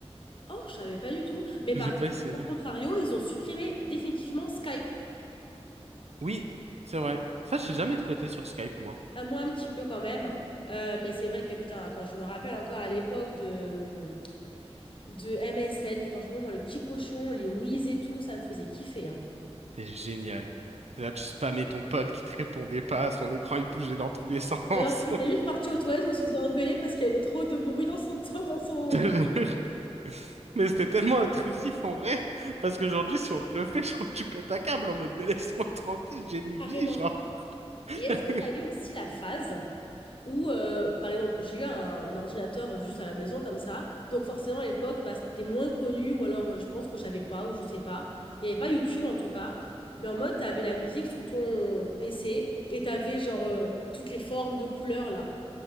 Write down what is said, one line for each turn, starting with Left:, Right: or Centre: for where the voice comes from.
Left: Oh, je savais pas du tout. Mais par
Right: je pas
Left: contre,
Right: essayé.
Left: au contrario,
Right: <laughs>
Left: ils ont supprimé définitivement Skype.
Right: Oui, c'est vrai. Ça, j'ai jamais trop été sur Skype, moi.
Left: À moi, un petit peu quand même. Euh, mais c'est vrai que, putain, quand je me rappelle encore à l'époque de, hum, de MSN, franchement, moi, le petit cochon, les whiz et tout, ça me faisait kiffer. hein.
Right: T'es génial. Là, tu spammais ton pote qui te répondait pas, son écran, il bougeait dans tous les sens.
Left: Alors qu'il était juste parti aux toilettes où il se faisait engueuler parce qu'il y avait trop de bruit dans son, <laughs> dans
Right: <laughs>
Left: son...
Right: Je te jure. Mais c'était tellement intrusif, en vrai. Parce qu'aujourd'hui, si on te le fait, je crois que tu pètes un câble en mode, mais laisse-moi tranquille, j'ai une
Left: Carrément.
Right: vie, genre.
Left: Et est-ce
Right: <laughs>
Left: que tu as eu aussi la phase? Ou, euh, par exemple, j'ai eu un ordinateur juste à la maison comme ça. Donc, forcément, à l'époque, bah, c'était moins connu, ou alors euh, je pense que je savais pas, ou je sais pas. Il n'y avait pas YouTube en tout cas. Mais en mode, t'avais la musique sur ton PC et t'avais genre euh, toutes les formes de couleurs là.